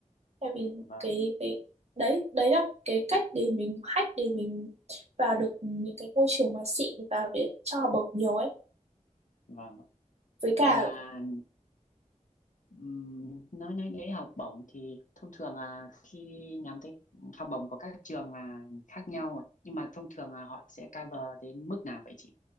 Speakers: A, on the right (about 55°); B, on the left (about 75°).
A: tại vì
B: vâng
A: cái cái đấy đấy là cái cách để mình hack để mình vào được những cái môi trường mà xịn và để cho học bổng nhiều ấy
B: vâng
A: với
B: vậy
A: cả
B: là ừm, nói nói đến học bổng thì thông thường là khi nhắm tới học bổng của các trường là khác nhau rồi. nhưng mà thông thường là họ sẽ cover đến mức nào vậy chị